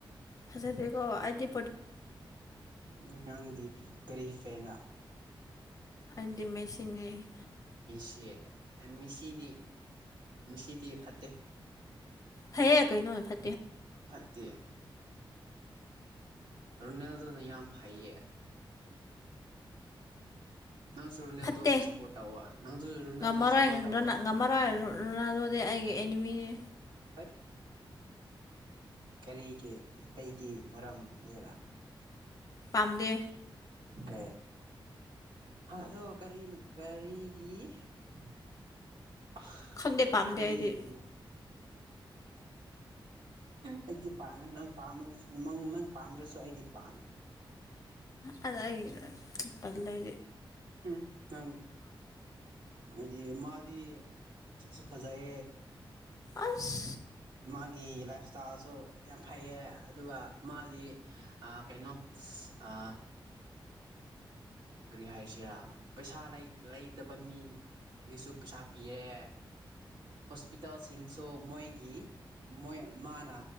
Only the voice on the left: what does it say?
ꯐꯁꯦꯀꯣ ꯑꯗꯤ
ꯑꯗꯤ ꯃꯦꯁꯤꯅꯤ
ꯐꯩꯌꯦ ꯀꯩꯅꯣ ꯐꯦ
ꯐꯠꯇꯦ
ꯉꯝꯃꯔꯣꯏ
ꯉꯝꯃꯔꯣꯏ ꯑꯗꯨꯗꯤ ꯑꯩꯒꯤ ꯑꯦꯅꯤꯃꯤꯅꯤ
ꯄꯥꯝꯗꯦ
ꯈꯪꯗꯦ ꯄꯥꯝꯗꯦ
ꯑꯩꯗꯤ
ꯑꯗꯨꯗ ꯄꯜꯗꯤ
ꯑꯁ